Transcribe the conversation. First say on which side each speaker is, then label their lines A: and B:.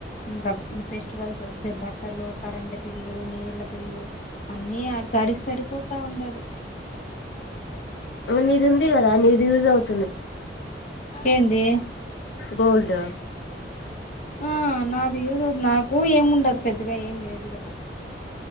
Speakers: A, on the left; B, on the left.
A: ఇంకాప్ ఫెస్టివల్స్ వ ట్టలు కరెంటు బిల్లు నీళ్ళ బిల్లు అన్ని అడికాడికి సరిపోతా ఉండాది
B: నీది ఉంది గదా నీది యూజ్ అవుద్
A: ఎంది
B: గోల్డ్
A: ఆ నాదియూజ్ నాకు ఏమిండదు పెద్దగా ఏమి లేదు గదా